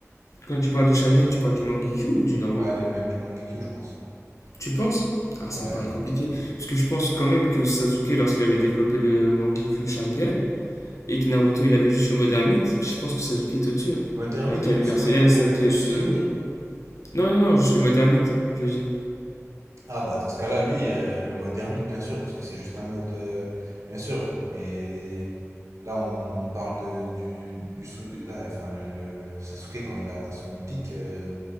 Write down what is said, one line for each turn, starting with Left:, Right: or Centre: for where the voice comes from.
Left: Quand tu parles de Sharingan, tu parles du Mangekyo ou du normal?
Right: Ouais, et même du Mangekyo, je pense.
Left: Tu penses? Ah,
Right: Ouais.
Left: ça me paraît compliqué. Parce que je pense quand même que Sasuke, lorsqu'il avait développé le Mangekyo Sharingan, et que Naruto, il avait juste le mode ermite, je pense que Sasuke est au-dessus. hein.
Right: Mode ermite
Left: Avec la
Right: plus
Left: lumière
Right: mode
Left: céleste,
Right: euh,
Left: avec les
Right: plus
Left: Susanoo.
Right: Kyuubi?
Left: Non, non, non, juste le mode ermite, je veux dire.
Right: Ah bah dans ce cas-là, oui, euh, le mode ermite, bien sûr, parce que c'est juste un mode, euh, bien sûr, mais là on parle de, du, du sou- là, enfin, le, le Sasuke, quand il a atteint son pic, euh,